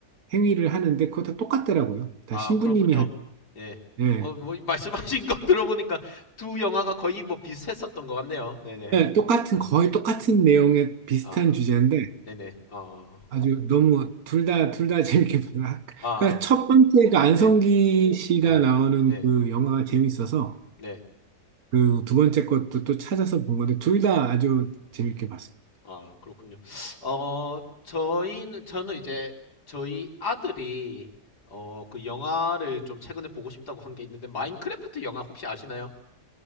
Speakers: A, on the right; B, on the left.
A: 행위를 하는데 그거 다 똑같더라고요. 다
B: 아,
A: 신부님이
B: 그렇군요.
A: 한
B: 예.
A: 예.
B: 뭐, 뭐, 말씀하신 거 <laughs> 들어보니까 두 영화가 거의 뭐 비슷했었던 것 같네요. 네네.
A: 예, 똑같은
B: 아,
A: 거의 똑같은 내용의 비슷한
B: 아,
A: 주제인데
B: 네네. 어,
A: 아주 너무 둘 다, 둘 다 <laughs> 재밌게 봤나?
B: 아,
A: 그러니까 첫
B: 그렇군요.
A: 번째가 안성기
B: 네,
A: 씨가
B: 네,
A: 나오는
B: 네,
A: 그 영화가 재밌어서
B: 네.
A: 그 두 번째 것도 또 찾아서 본 건데 둘 다 아주 재밌게 봤습니다.
B: 아, 그렇군요. 어, 저희는, 저는 이제 저희 아들이 어, 그 영화를 좀 최근에 보고 싶다고 한게 있는데, 마인크래프트 영화 혹시 아시나요?